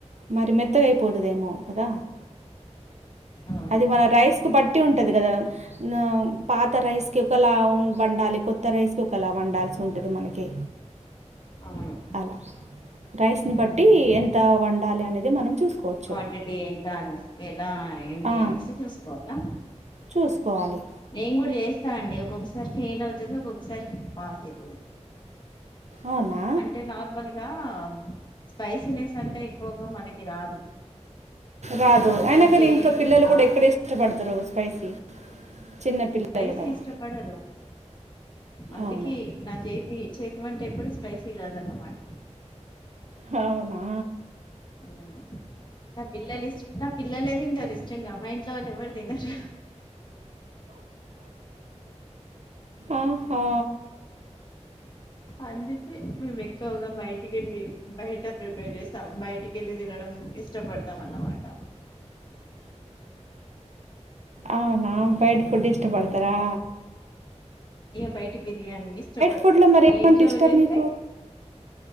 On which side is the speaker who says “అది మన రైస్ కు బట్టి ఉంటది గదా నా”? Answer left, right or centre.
Right